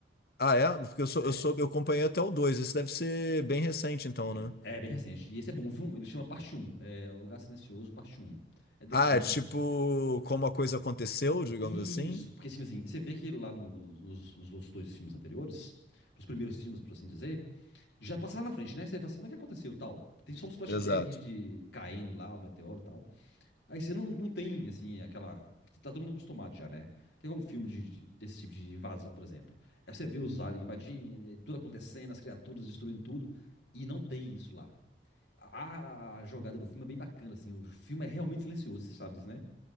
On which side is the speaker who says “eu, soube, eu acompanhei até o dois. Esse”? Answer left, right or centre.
Left